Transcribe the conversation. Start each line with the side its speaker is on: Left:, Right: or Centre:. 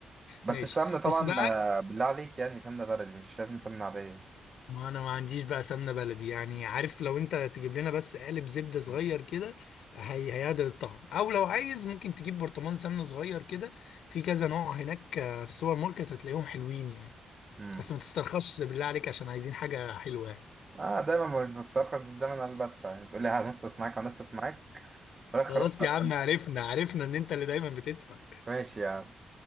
Right: بس
Left: ماشي
Right: السمنة طبعا
Left: بص بقى
Right: آه، بالله عليك يعني سمنة بلدي مش لازم سمنة عادية
Left: ما انا ما عنديش بقى سمنه بلدي يعني عارف لو انت تجيب لنا بس قالب زبده صغير كده هي هيعدل الطعم او لو عايز ممكن تجيب برطمان سمنه صغير كده في كذا نوع هناك آه، في السوبر ماركت هتلاقيهم حلوين يعني
Right: امم
Left: بس ما تسترخصش بالله عليك عشان عايزين حاجه حلوه يعني
Right: اه دايما مش بسترخص بس دايما انا اللي بدفع يعني تقول لي هنص معاك هنص معاك في الاخر
Left: خلاص
Right: خلاص
Left: يا عم
Right: بقى،
Left: عرفنا عرفنا ان انت اللي دايما بتدفع
Right: ماشي يعني